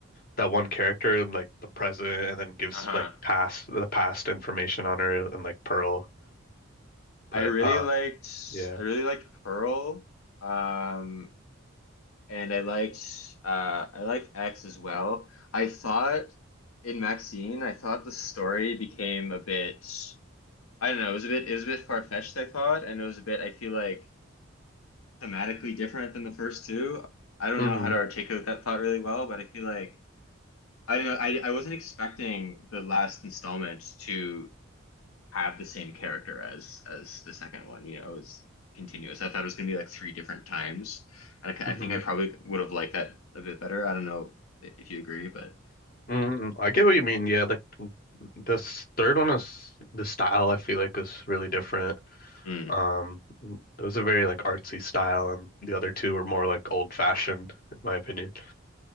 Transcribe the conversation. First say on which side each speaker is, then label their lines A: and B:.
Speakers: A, on the left (about 45°); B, on the left (about 90°).
A: that one character and like the present, and then gives
B: Uh-huh.
A: like past the past information on her and like Pearl. But
B: I really
A: uh,
B: liked
A: yeah.
B: I really liked Pearl. Um, and I liked uh I liked X as well. I thought in Maxine, I thought the story became a bit I don't know, it was a bit it was a bit far-fetched, I thought, and it was a bit I feel like thematically different than the first two. I don't
A: Mm-hmm.
B: know how to articulate that thought really well, but I feel like I don't know. I, I wasn't expecting the last installment to have the same character as as the second one. You know, it was continuous. I thought it was gonna be like three different times, and I
A: mm-hmm.
B: I think I probably would have liked that a bit better. I don't know if you agree, but
A: Mm, I get what you mean. Yeah, like mm, this third one is the style I feel like is really different.
B: mm.
A: Um, it was a very like artsy style, and the other two were more like old fashioned, in my opinion.